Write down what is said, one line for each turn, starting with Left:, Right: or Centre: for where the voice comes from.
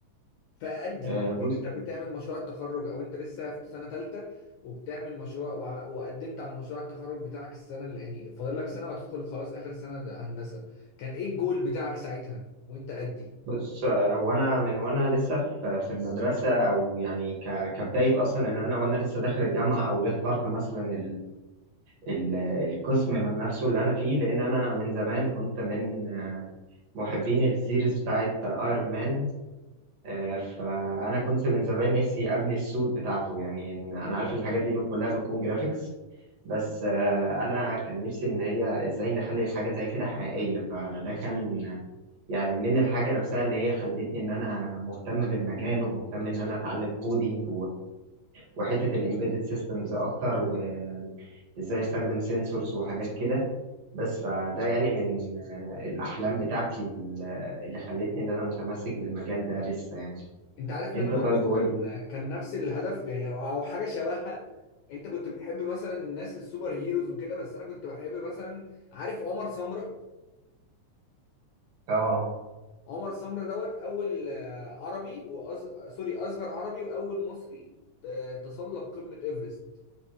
Left: فأدي
Right: آه،
Left: أدي
Right: بص
Left: وأنت بتعمل مشروع التخرج أو أنت لسه في سنة تالتة وبتعمل مشروع وع- وقدمت على مشروع التخرج بتاعك السنة اللي يعني فاضل لك سنة وهتدخل خلاص آخر سنة ده هندسة كان إيه الجول بتاعك ساعتها وأنت أدي
Right: بص آه، هو انا من وانا لسه في في المدرسه او يعني ك- كبدايه اصلا ان انا وانا لسه داخل الجامعه او ليه اخترت مثلا ال- القسم من نفسه اللي انا فيه لان انا من زمان كنت من محبين السيريز بتاعت ايرون مان آه، فانا كنت من زمان نفسي ابني السوت بتاعته يعني إن- انا عارف إن الحاجات دي كلها بتكون جرافيكس بس آه، انا كان نفسي ان هي ازاي نخلي حاجه زي كده حقيقيه فده كان يعني من الحاجه نفسها اللي هي خلتني ان انا مهتم بالمجال ومهتم ان انا اتعلم كودينج وحته الامبيدد سيستمز اكتر وازاي استخدم سنسورز وحاجات كده بس فده يعني من آه، الاحلام بتاعتي ال- اللي خلتني ان انا متمسك بالمجال ده لسه يعني
Left: أنت عارف
Right: انت
Left: إن أنا
Right: طيب
Left: برضو
Right: قول
Left: كان
Right: لي
Left: كان نفس الهدف يعني أو أو حاجة شبهها أنت كنت بتحب مثلا الناس السوبر هيروز وكده بس أنا كنت بحب مثلا عارف عمر سمرة
Right: اه
Left: عمر سمرة دوت أول آه، عربي وأز... سوري أصغر عربي وأول مصري آه، تسلق قمة إيفرست